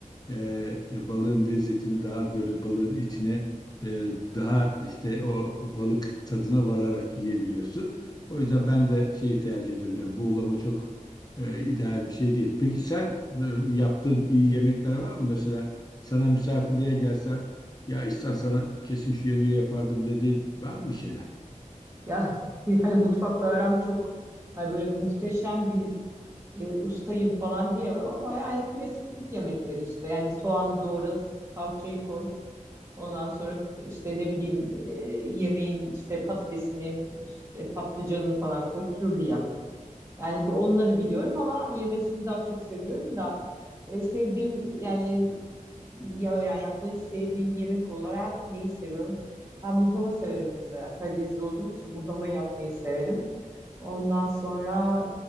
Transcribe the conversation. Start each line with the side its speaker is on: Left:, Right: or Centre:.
Left: e, e, balığın lezzetini daha böyle balığın içine e, daha işte o balık tadına vararak yiyebiliyorsun. O yüzden ben de şeyi tercih ediyorum. Yani buğulama çok e, ideal bir şey değil. Peki sen e, yaptığın iyi yemekler var mı? Mesela sana misafirliğe gelsem ya İhsan sana kesin şu yemeği yapardım dediğin var mı bir şeyler?
Right: Ya <laughs> yani mutfakla aram çok hani böyle muhteşem bir e, ustayım falan diyemem ama yani klasik Türk yemekleri işte. Yani soğanı doğra, salçayı koy. Ondan sonra işte ne bileyim e, yemeğin işte patatesini, işte patlıcanını falan koy, türlü yap. Yani bir onları biliyorum ama yemesini daha çok seviyorum da e, sevdiğim yani ya yani yapmayı sevdiğim yemek olarak neyi seviyorum? Ha muhlama severim mesela. Karadenizli olduğumuz için muhlama yapmayı severim. Ondan sonra